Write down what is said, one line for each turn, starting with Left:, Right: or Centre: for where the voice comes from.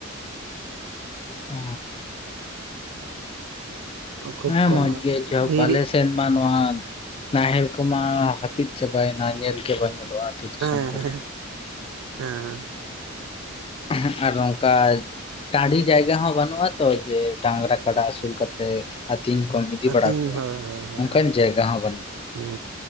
Left: ᱚᱹᱻ
Right: ᱠᱷᱩᱵ
Left: ᱦᱮᱸ
Right: ᱠᱚᱢ
Left: ᱢᱚᱸᱡᱽ ᱜᱮ ᱡᱚᱠ
Right: ᱫᱷᱤᱨᱤ
Left: ᱟᱞᱮ ᱥᱮᱱ ᱢᱟ ᱱᱚᱣᱟ ᱱᱟᱦᱮᱞ ᱠᱚᱢᱟ ᱦᱟᱹᱯᱤᱫ ᱪᱟᱵᱟᱭᱮᱱᱟ᱾ ᱧᱮᱞ ᱜᱮ ᱵᱟᱝ ᱧᱮᱞᱚᱜᱼᱟ᱾ ᱟᱹᱛᱩ ᱫᱤᱥᱚᱢ
Right: ᱦᱮᱸ
Left: ᱠᱚᱨᱮ
Right: ᱦᱮᱸ ᱦᱮᱸ
Left: ᱦᱮᱸᱜ ᱟᱨ ᱱᱚᱝᱠᱟ ᱴᱟᱺᱰᱤ ᱡᱟᱭᱜᱟ ᱦᱚᱸ ᱵᱟᱹᱱᱩᱜᱼᱟ ᱛᱚ, ᱡᱮ ᱰᱟᱝᱨᱟ ᱠᱟᱰᱟ ᱟᱹᱥᱩᱞ ᱠᱟᱛᱮᱫ ᱟᱹᱛᱤᱧ ᱠᱚᱢ ᱤᱫᱤ
Right: ᱟᱹᱛᱤᱧ
Left: ᱵᱟᱲᱟ ᱠᱚᱣᱟ᱾
Right: ᱦᱳᱭ ᱦᱳᱭ ᱦᱳᱭ
Left: ᱚᱱᱠᱟᱱ ᱡᱟᱭᱜᱟ ᱦᱚᱸ ᱵᱟᱹᱱᱩᱜᱼᱟ᱾
Right: ᱦᱩᱸ